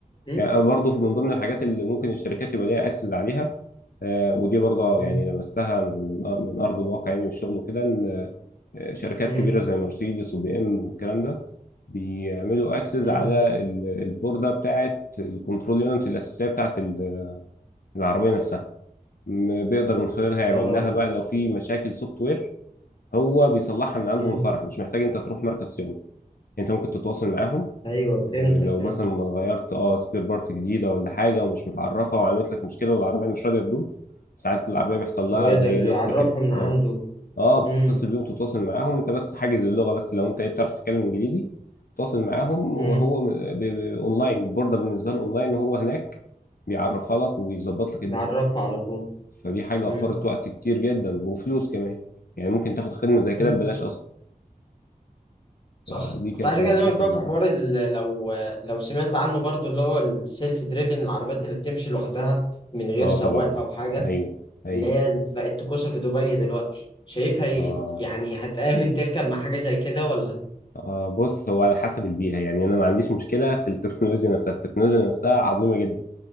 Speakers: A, on the left (about 30°); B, on the left (about 75°).
A: امم
B: يعني انا برضه من ضمن الحاجات اللي ممكن الشركات يبقى ليها اكسس عليها آه، ودي برضه
A: امم
B: يعني لمستها من من آه، من ارض الواقع يعني والشغل وكده ان آه، شركات
A: امم
B: كبيره زي مرسيدس وبي ام والكلام ده بيعملوا اكسس
A: امم
B: على ال- البورده بتاعه الكنترول يونت الاساسيه بتاعه ال- العربيه نفسها م- بيقدر من خلالها يعمل
A: اه
B: لها بقى لو في مشاكل سوفت وير هو بيصلحها من عنده
A: امم
B: من الفرع مش محتاج انت تروح مركز صيانه انت ممكن تتواصل معاهم
A: ايوه فهمتك
B: آه، لو
A: فهمت
B: مثلا غيرت اه سبير بارت جديده ولا حاجه ومش متعرفه وعملت لك مشكله والعربيه مش راضيه تدور ساعات العربيه بيحصل لها
A: ويقدر
B: زي
A: يعرفها
B: لوك كده
A: من عنده
B: اه اه
A: امم
B: بتتصل بيهم تتواصل معاهم انت بس حاجز اللغه بس لو انت ايه بتعرف تتكلم انجليزي تواصل معاهم
A: امم
B: وهو م- ب- ب- اونلاين البورده بالنسبه له اونلاين وهو هناك بيعرفها لك وبيظبط لك الدنيا
A: بيعرفها على طول
B: فدي حاجه
A: امم
B: وفرت وقت كتير جدا وفلوس كمان يعني ممكن تاخد خدمه زي كده
A: مم.
B: ببلاش اصلا
A: صح
B: فدي
A: كنت
B: كانت
A: عايز
B: من
A: اكلمك
B: الحاجات
A: بقى
B: اللي
A: في حوار
B: اه
A: ال- لو لو سمعت عنه برضو اللي هو السيلف دريفن العربيات اللي بتمشي لوحدها من غير
B: آه
A: سواق
B: طبعا
A: او حاجه
B: ايوه ايوه
A: اللي هي بقت تكوسه في دبي دلوقتي شايفها ايه
B: آه
A: يعني هتآمن تركب مع حاجه زي كده ولا
B: آه، بص هو على حسب البيئة يعني أنا ما عنديش مشكلة في التكنولوجيا نفسها التكنولوجيا نفسها عظيمة جدا